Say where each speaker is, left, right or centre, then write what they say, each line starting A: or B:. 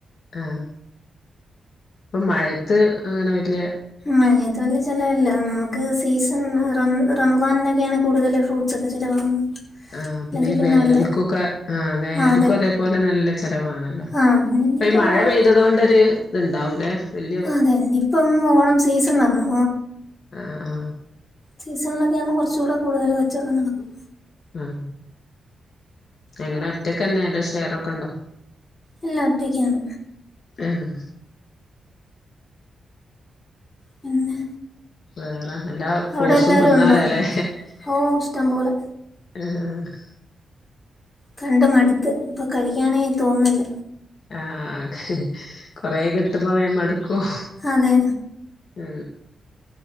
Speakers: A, on the left (about 60°); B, on the left (about 25°).
A: ആ ഇപ്പൊ മഴത്ത് അങ്ങനെ വല്ലേ
B: മയത്ത് വലിയ ചെലവല്ല നമുക്ക് സീസൺ റ റമളാനിലൊക്കെകൂടുതൽ ഫ്രൂട്ട്സ് ഒക്കെ ചിലവാകുന്നത്
A: ആ
B: അല്ലെങ്കിൽ
A: പിന്നെ ഈ വേനൽക്കും
B: വല്ല
A: ഒക്കെ ആ വേനൽക്കും
B: ആഹ് അതെ
A: അതേപോലെ നല്ല ത്തരവാണല്ലോ
B: ആഹ് പിന്നെ ഇനിയിപ്പോ
A: അപ്പ ഈ മഴ
B: ഓണം
A: പെയ്തത കൊണ്ടൊരു ഇത്ണ്ടാവൂലേ വല്യ
B: അതെ ഇനിയിപ്പം ഓണം സീസൺ വരണം
A: ആ ആ
B: സീസണക്കേ ആകുമ്പോ കുറച്ച കൂടെ കൂടുതൽ കച്ചവടം നടക്കും
A: ആ എങ്ങനെ ഒറ്റക്കന്നെയല്ലോ ഷെയറൊക്കെ ഉണ്ടോ
B: ഇല്ല ഒറ്റക്കാണ്
A: ആ ഹാ
B: പിന്നെ
A: വേറെ എല്ലാ ഫ്രൂട്ട്സും
B: അവിടെ എല്ലാവരും
A: തിന്നാലല്ലേ
B: ഉണ്ടോ ഓ ഇഷ്ടം പോലെ
A: ആ ആ
B: കണ്ട് മടുത്ത് ഇപ്പൊ കഴിക്കാനെ തോന്നില്ല
A: ആ കഴി കൊറ കിട്ടുമ്പോ വേഗം മടുക്കും
B: അതെ
A: ഉ